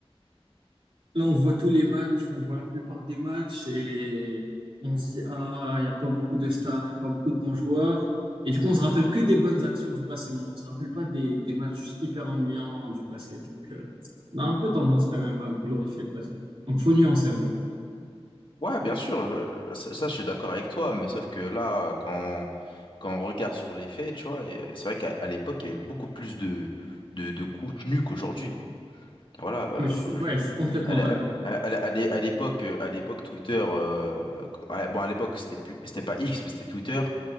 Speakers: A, on the right; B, on the left.
A: Là, on voit tous les matchs, on voit la plupart des matchs et on se dit, ah, il n'y a pas beaucoup de stars, il n'y a pas beaucoup de bons joueurs. Et du coup, on se rappelle que des bonnes actions du passé, mais on se rappelle pas des, des matchs hyper ennuyants du passé. Donc, euh, on a un peu tendance quand même à glorifier le passé. Donc, faut nuancer un peu.
B: Ouais, bien sûr, je- ça, ça, je suis d'accord avec toi, mais sauf que là, quand, quand on regarde sur les faits, tu vois, et euh, c'est vrai qu'à à l'époque, il y avait beaucoup plus de, de, de contenu qu'aujourd'hui. Voilà, euh,
A: Mais je suis, ouais,
B: je-
A: je suis complètement
B: à l'é-
A: d'accord.
B: à- à- à l'é- à l'époque, euh, à l'époque, Twitter, euh, à- bon, à l'époque, c'était plus, c'était pas X, mais c'était Twitter.